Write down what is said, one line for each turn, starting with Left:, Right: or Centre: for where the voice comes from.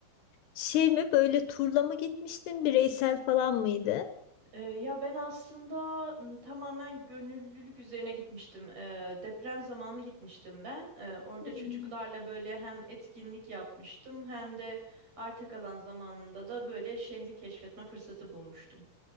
Left: şey mi böyle turla mı gitmiştin bireysel falan mıydı?
Right: Ee, ya ben aslında m, tamamen gönüllülük üzerine gitmiştim. Ee, deprem zamanı gitmiştim ben. Ee, orada
Left: Hmm.
Right: çocuklarla böyle hem etkinlik yapmıştım hem de arta kalan zamanında da böyle şehri keşfetme fırsatı bulmuştum.